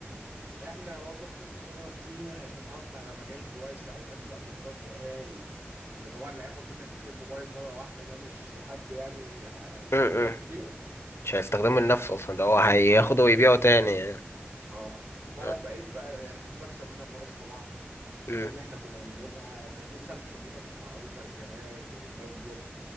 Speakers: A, on the right; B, on the left.
A: احنا برضه كسبت خبره كبيره ان اتعرفت على مجال واسع وناس بقى تجار تقال ان طبعا اللي هياخد منك 200 موبايل مره واحده ده مش حد يعني هيبقى
B: وكده
A: تجار كبيره
B: مش هيستخدمه لنفسه اصلا ده هو هياخده
A: اه بالظبط
B: ويبيعه تاني
A: اه
B: يعني
A: اه فبقيت
B: اه
A: بقى يعني كنت بكسب منها كويس طبعا
B: مم.
A: لان احنا كنا بنجيبها وكانت لسه الشغلانه مش معروفه للجمارك وللناس ديت